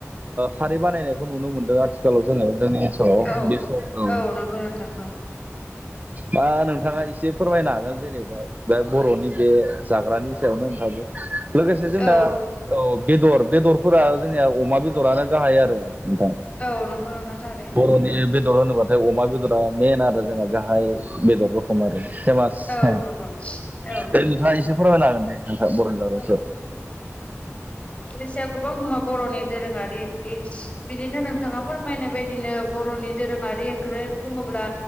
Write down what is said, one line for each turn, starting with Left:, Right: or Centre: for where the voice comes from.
Right: खारै बानायनायखौ नुनो मोनदो ओ आथिखालाव जोङो जोंनि ओनसोलाव
Left: औ
Right: बेसर औ-औ
Left: औ नंगौ नोंथां औ
Right: दा नोंथाङा एसे फोरमायनो हागोन जेनेबा बे बर'नि बे जाग्रानि थायावनो थायो लोगोसे जोंना
Left: औ
Right: औ बेदर-बेदरफोरा जोंनिया अमा बेदरानो गाहाय आरो नोंथां
Left: औ नंगौ नोंथां थारैनो
Right: बर'नि बेद बेदर होनोबाथाय अमा बेदरा मेन आरो जोंहा गाहाय बेदर रखम आरो फेमास
Left: औ
Right: ओ
Left: नंगौ औ
Right: दे नोंथाङा एसे फोरमायनो हागोन दे। नोंथाङा
Left: औ ओम
Right: बर'नि
Left: रेसियाखौबो मुवा बर'नि दोरोङारि ओंख्रि बिदिनो नोंथाङा फोरमायनाय बायदिनो बर'नि दोरोङारि ओंख्रै बुङोब्ला